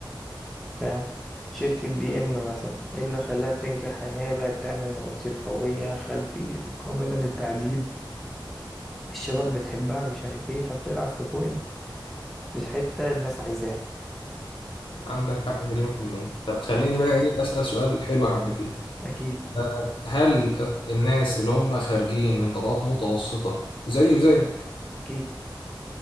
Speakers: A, in the centre; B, on the left.
A: فاهم شركة بي ام مثلا ايه اللي خلاها تنجح ان هي بقت تعمل مواتير قوية خلفي قابلة للتعديل الشباب بتحبها مش عارف ايه فبتلعب في بوينت في حتة الناس عايزاها
B: عندك حق مليون في المية طب خليني
A: فاهم
B: بقى ايه اسأل سؤال حلو حبتين
A: اكيد
B: آه، هل الناس اللي هم خارجين من طبقات متوسطة زي وزيك
A: اكيد